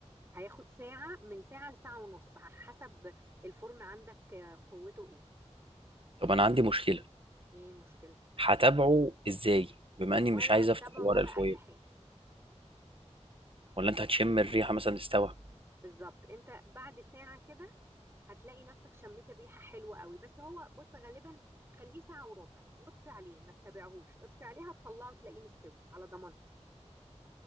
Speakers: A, on the right; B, on the right.
A: هياخد ساعة من ساعة لساعة ونص على حسب الفرن عندك آه، قوته ايه
B: طب انا عندي مشكله
A: ايه مشكلتك
B: هتابعه ازاي بما اني
A: ولا
B: مش عايز
A: هتتبعه
B: افتح الورق
A: ولا
B: الفويل
A: اي حاجة
B: ولا انت هتشم الريحه مثلا استوى
A: بالظبط انت بعد ساعة كده هتلاقي نفسك شميت الريحة حلوة قوي بس هو بص غالبا خليه ساعة وربع واطفي عليه ما تتابعهوش اطفي عليه هتطلعه تلاقيه مستوي على ضمانتي